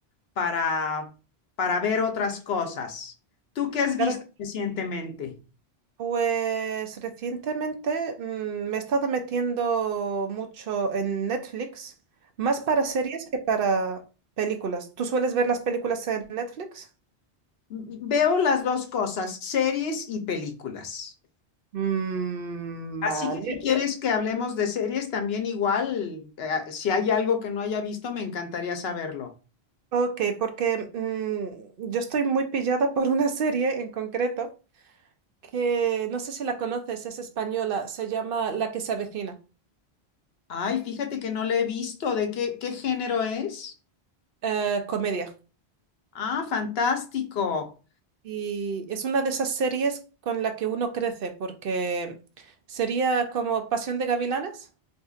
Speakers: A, on the left; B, on the right.
A: para, para ver otras cosas. ¿Tú qué has
B: Claro.
A: visto recientemente?
B: Pues recientemente mm, me he estado metiendo mucho en Netflix, más para series que para películas. ¿Tú sueles ver las películas en Netflix?
A: M- Veo las dos cosas, series y películas.
B: Mm,
A: Así
B: vale.
A: que si quieres que hablemos de series también igual, eh, si hay algo que no haya visto, me encantaría saberlo.
B: Ok, porque mm, yo estoy muy pillada por una serie en concreto que no sé si la conoces, es española, se llama La que se avecina,
A: Ay, fíjate que no le he visto. ¿De qué, qué género es?
B: eh, comedia.
A: Ah, fantástico.
B: Y es una de esas series con la que uno crece, porque sería como Pasión de Gavilanes